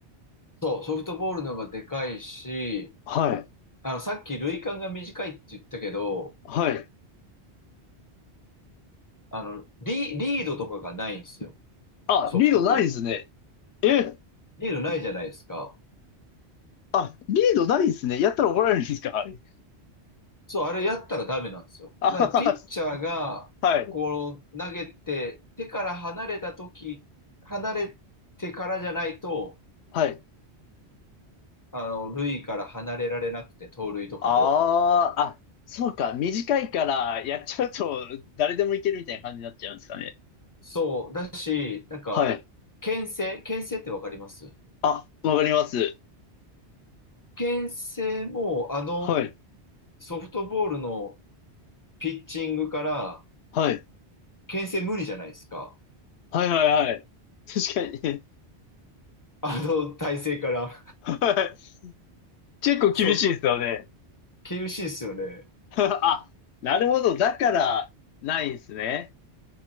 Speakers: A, on the left; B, on the left.
A: そう、ソフトボールの方がでかいし、
B: はい、
A: あの、さっき塁間が短いって言ったけど、
B: はい。
A: あの、リ、リードとかがないんですよ。
B: あ、
A: ソフトボールって。
B: リードないですね。え、
A: リードないじゃないですか。
B: あ、リードないですね。やったら怒られるんですか、あれ。
A: そう、あれやったらダメなんですよ。
B: あはは
A: だからピッチャーが、
B: はい。
A: こう、投げて、手から離れた時、離れてからじゃないと、
B: はい。
A: あの、塁から離れられなくて、盗塁とかも。
B: ああ、あ、そうか。短いからやっちゃうと誰でもいけるみたいな感じになっちゃうんですかね。
A: そう、だし、なんか、
B: はい。
A: 牽制、牽制ってわかります
B: あ、わかります。
A: 牽制も、あの、
B: はい。
A: ソフトボールのピッチングから、
B: はい。
A: 牽制無理じゃないですか。
B: はいはいはい。確かに。
A: あの体勢から。
B: はい結構厳しいですよね。
A: そう、厳しいですよね。
B: <laughs> あ、なるほど。だから、ないんですね。